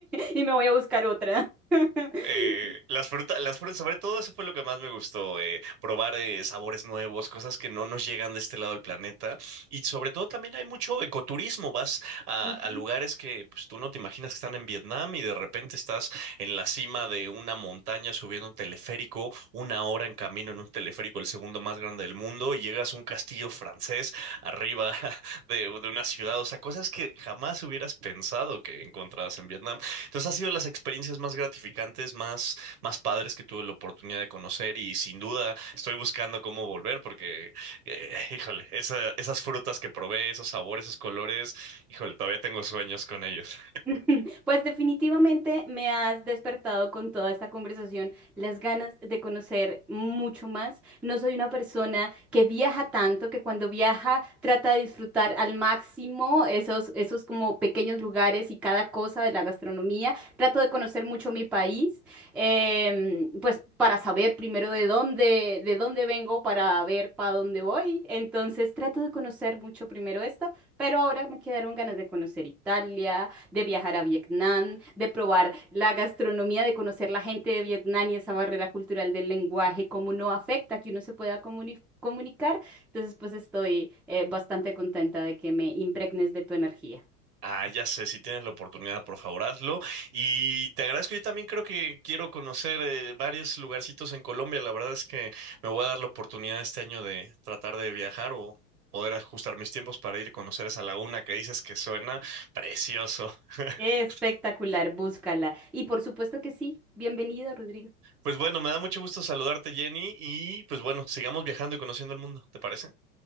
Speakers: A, in the centre; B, on the right.
A: y me voy a buscar otra. <laughs>
B: Eh, las frutas, las frutas, sobre todo eso fue lo que más me gustó, eh, probar eh, sabores nuevos, cosas que no nos llegan de este lado del planeta. Y sobre todo también hay mucho ecoturismo, vas a,
A: Ujú.
B: a lugares que pues, tú no te imaginas que están en Vietnam y de repente estás en la cima de una montaña subiendo un teleférico, una hora en camino en un teleférico, el segundo más grande del mundo, y llegas a un castillo francés arriba <laughs> de, de una ciudad, o sea, cosas que jamás hubieras pensado que encontraras en Vietnam. Entonces, ha sido las experiencias más gratificantes, más, más padres que tuve la oportunidad de conocer y sin duda estoy buscando cómo volver porque, eh, <laughs> híjole, esa- esas frutas que probé, esos sabores, esos colores, híjole, todavía tengo sueños con ellos.
A: <laughs> Pues definitivamente me has despertado con toda esta conversación las ganas de conocer mucho más. No soy una persona que viaja tanto, que cuando viaja trata de disfrutar al máximo esos, esos como pequeños lugares y cada cosa de la gastronomía. Trato de conocer mucho mi país, em, pues para saber primero de dónde, de dónde vengo, para ver para dónde voy. Entonces trato de conocer mucho primero esto, pero ahora me quedaron ganas de conocer Italia de viajar a Vietnam, de probar la gastronomía, de conocer la gente de Vietnam y esa barrera cultural del lenguaje, cómo no afecta que uno se pueda comuni- comunicar. Entonces, pues estoy eh, bastante contenta de que me impregnes de tu energía.
B: Ah, ya sé, si tienes la oportunidad, por favor, hazlo. Y te agradezco, yo también creo que quiero conocer eh, varios lugarcitos en Colombia. La verdad es que me voy a dar la oportunidad este año de tratar de viajar o poder ajustar mis tiempos para ir a conocer esa laguna que dices que suena precioso. <laughs>
A: Espectacular, búscala. Y por supuesto que sí, bienvenido, Rodrigo.
B: Pues bueno, me da mucho gusto saludarte, Jenny, y pues bueno, sigamos viajando y conociendo el mundo, ¿te parece?